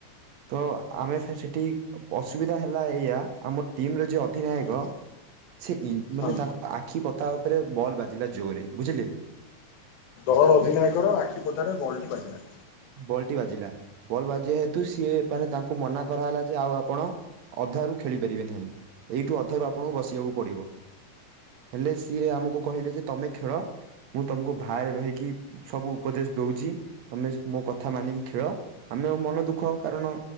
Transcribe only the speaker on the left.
ହୁଁ
ହଁ
ତମ ଅଧନାୟକର ଆଖି ପତାରେ ବଲ୍ ଟି ବାଜିଲା।